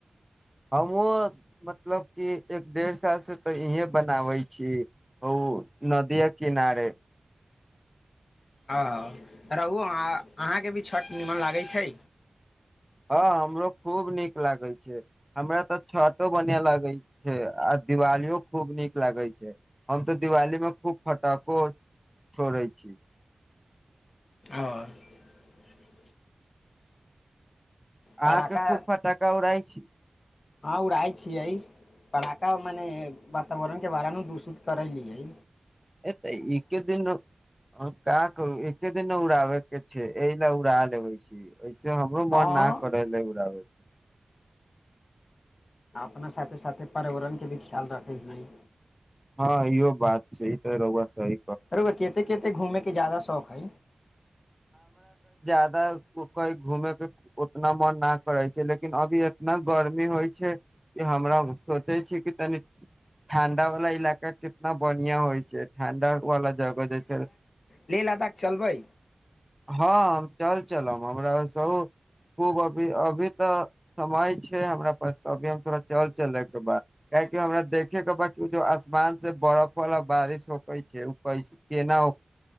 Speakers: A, in the centre; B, on the left.
A: हमहूँ मतलब कि एक डेढ़ सालसँ तऽ इहेँ बनाबै छी ओ ओ नदिये किनारे
B: ओ रहू अह अहाँके भी छठि निमन लागैत छै
A: हँ हमरो खूब नीक लागै छै हमरा तऽ छठो बढ़िआँ लगै छै आ दिवालियो खूब नीक लागै छै हम तऽ दिवालीमे खूब फटको छोड़ै छी
B: हँ पटाखा
A: आहके खूब फटाका उ रहइ <unintelligible>
B: हँ उड़ै छियै कड़ाका मने वातावरण के बारेमे दूत करेलियै
A: एत एकके दिन काँ करू एके दिन न उड़ाबे के छै एहि ले उड़ा लेबे छी हमरो
B: हँ
A: मन न कर ले बड़बै
B: अपना साथे साथे पर्यावरणके भी ख्याल राखै छिय
A: हँ इहो बात छै ई त रआ सी
B: अरगा कते केते घूमेैके के जादा शौक है
A: जादा कहई घूमे के उतना मन न करे छै लेकिन अभी इतना गर्मी होइ छै कि हमरा सोचे छी कि तनि ठणडा वाला इलाका कितना बढ़िया होइ छै ठण्डा वाला जगह जैसे
B: ले ल त क चलबै
A: हँ हम चल चलब हमरास खूब अभी अभी तऽ समय छै हमरा पास अभी हम थोड़ा चल चले के ब कियकि हमरा देखे के बी आसमान से बरफ वला बारिश होक छै ओ कैस केना